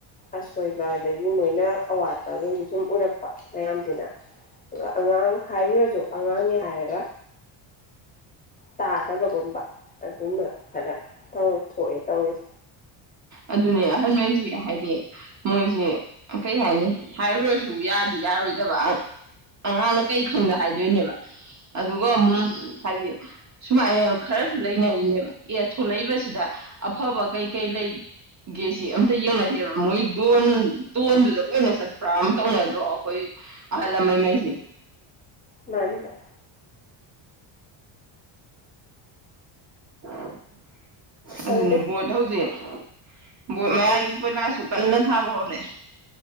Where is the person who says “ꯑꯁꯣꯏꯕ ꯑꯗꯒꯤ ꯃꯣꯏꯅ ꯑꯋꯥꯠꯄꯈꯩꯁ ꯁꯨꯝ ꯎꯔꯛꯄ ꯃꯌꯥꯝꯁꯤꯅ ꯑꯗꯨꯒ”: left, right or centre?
Left